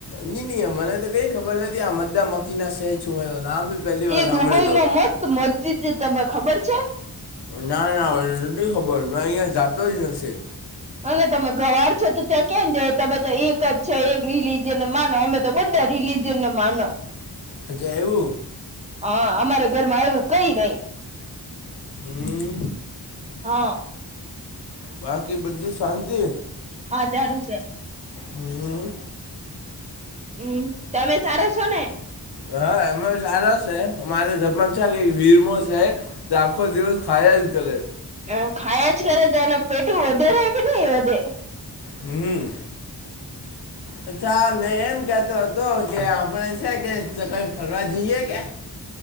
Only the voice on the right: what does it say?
એ
દુબઈમાં મસ્ત મસ્જિદ છે તને ખબર છે.
અને તમે ગવાર છો તો ત્યાં કેમ જાય. તમે તો એક જ છે એક રિલી જેને માનો અમેતો બધ્ધા રિલીઝન ને માનો.
હા અમારે ઘરમાં આવુ કઈ નઈ.
હા.
હા સારું છે.
હમ્મ તમે સારા છો ને.
હમ્મ ખાયા જ કરે તો એના પેટું વધારે કે નહી વધે.